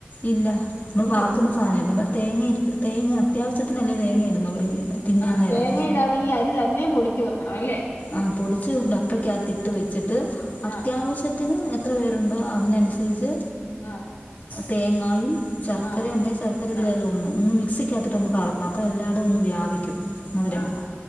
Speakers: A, on the left; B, on the left.
A: ഇല്ല നമ്മൾ
B: ഇല്ലേ
A: വറക്കുന്ന സാധനമല്ലേ നമ്മ തേങ്ങ ഇ തേങ്ങ അത്യാവശ്യത്തിനല്ലേ തേങ്ങ ഇടുന്നുള്ളൂ ഈ തിന്നാൻ
B: ആഹ്
A: നേരം
B: തേങ്ങ ഇടാതെ ഈ അരി തന്നെ പൊടിച്ചു വെക്കണം അല്ലെ
A: ആഹ് പൊടിച്ച് ഒരു ഡപ്പയ്ക്കകത്തിട്ട് വെച്ചിട്ട് അത്യാവശ്യ
B: ആ
A: ത്തിന് എത്ര പേരുണ്ടോ അതിനനുസരിച്ച്
B: ആ
A: തേങ്ങായും ശർക്കര
B: ആ ആ
A: ഉണ്ടെങ്കിൽ ശർക്കര ഇതിലെല്ലാം
B: ആ
A: ഒന്ന് ഒന്ന് മിക്സിക്കകത്തിട്ട് ഒന്ന് കറക്കണം അപ്പോ എല്ലായിടും ഒന്ന് വ്യാപിക്കും മധുരം
B: ആഹ് അഹ്